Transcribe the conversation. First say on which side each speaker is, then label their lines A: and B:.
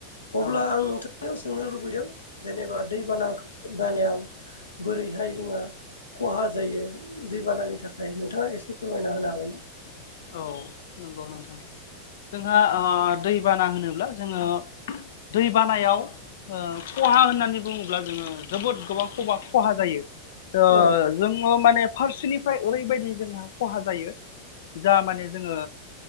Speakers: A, on the left; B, on the left.
A: अब्ला
B: औ
A: आं नोंथ नाव सोंनो लुबैदों जेनेबा दै बाना बानायाव बोरैहाय जोङो खहा जायो दैबानानि थाखाय नोंथाङा एसे फोरमायना होनो हागोन ना?
B: औ नंगौ नोंथां जोंहा दैबाना होनोब्ला जोङो दै बानायाव ओ खहा होननानै बुङोब्ला जोङो जोबोद गोबां खबा खहा जायो। ओ
A: औ
B: जोङो माने फारसेनिफ्राय ओरैबायदि जोंहा खहा जायो जा माने जोङो